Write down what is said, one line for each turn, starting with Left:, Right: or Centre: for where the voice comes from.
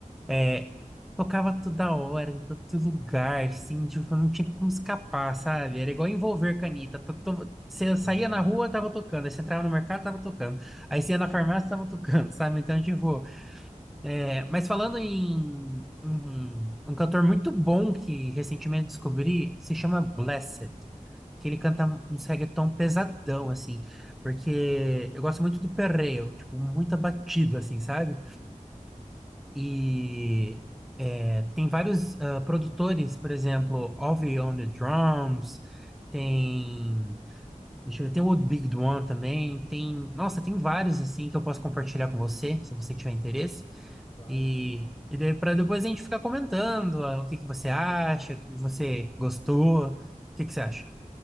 Centre: é, tocava toda hora, em todo lugar, assim, tipo, não tinha como escapar, sabe? Era igual envolver canita. Tá to- Você saía
Left: Aham.
Centre: na rua, tava tocando. Aí você entrava no mercado, tava tocando. Aí você ia na farmácia, tava tocando, sabe? Então, tipo. É, mas falando em um, um cantor muito bom que recentemente descobri, se chama Blessed, que ele canta uns reggaeton pesadão, assim, porque eu gosto muito de perreo, tipo, muita batida, assim, sabe?
Left: Sim,
Centre: E é, tem vários ah, produtores, por exemplo, Ovy on the Drums, tem Deixa eu ver. Tem o Old Big One também. Tem, nossa, tem vários assim que eu posso compartilhar com você, se você tiver interesse.
Left: claro.
Centre: E, e daí para depois a gente ficar comentando ah, o que que você acha, o que você gostou, o que que você acha?